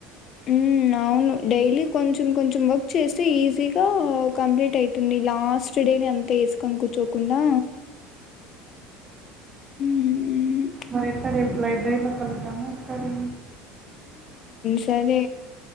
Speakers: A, on the left; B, on the right.
A: ఉ అవును డై లి కొంచెం కొంచెం వర్క్ చేస్తే ఈజీగా కంప్లీట్ అయితుంది లాస్ట్ డే ని అంత వేసుకని కూర్చోకుండా హ్మ్.
B: మరి ఎట్ల రేపు లైబ్రరీ లో కలుద్దామా ఒకేసారి
A: సరే